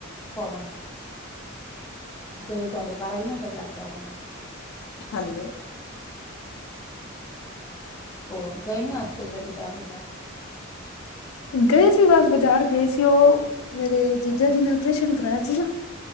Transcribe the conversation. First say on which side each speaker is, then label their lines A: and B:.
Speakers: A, on the left; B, on the left.
A: ਖੁਆਵਾਗੀ। ਜਦੋਂ ਤੁਹਾਡੇ ਘਰ ਆਈ ਨਾ ਫਿਰ ਲੈ ਕੇ ਆਵਾਂਗੀ।
B: ਹਾਂਜੀ।
A: ਹੋਰ ਗਏ ਨੀ ਅੱਜ ਕਿਧਰੇ ਬਜ਼ਾਰ-ਬਜ਼ਾਰ?
B: ਗਏ ਸੀ ਬਸ ਬਾਜ਼ਾਰ ਗਏ ਸੀ ਓ ਮੇਰੇ ਜੀਜਾ ਜੀ ਨੇ ਓਪਰੇਸ਼ਨ ਕਰਾਇਆ ਸੀ ਨਾ।